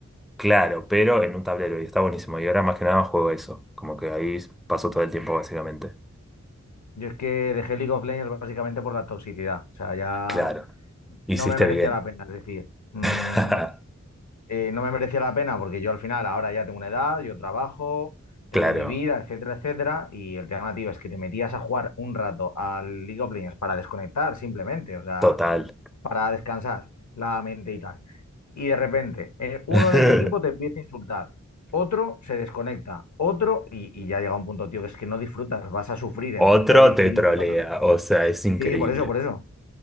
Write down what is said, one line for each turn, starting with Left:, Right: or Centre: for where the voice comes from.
Centre: claro, pero en un tablero, y está buenísimo, y ahora más que nada juego eso, como que ahí paso todo el tiempo básicamente.
Left: Yo es que dejé League of Legends básicamente por la toxicidad. O sea, ya
Centre: Claro, hiciste
Left: no me merecía
Centre: bien.
Left: la pena. Es decir, mm,
Centre: <laughs>
Left: eh, no me merecía la pena porque yo al final ahora ya tengo una edad, yo trabajo, tengo
Centre: Claro,
Left: mi vida, etcétera, etcétera. Y el tema, tío, es que te metías a jugar un rato al League of Legends para desconectar simplemente, o sea,
Centre: total.
Left: para descansar la mente y tal. Y de repente, eh, uno
Centre: <laughs>
Left: de tu equipo te empieza a insultar, otro se desconecta, otro, y, y ya llega un punto, tío, que es que no disfrutas, vas a sufrir. Entonces
Centre: Otro
Left: yo decidí
Centre: te trolea,
Left: qué pasa.
Centre: o sea, es increíble.
Left: Sí, por eso, por eso.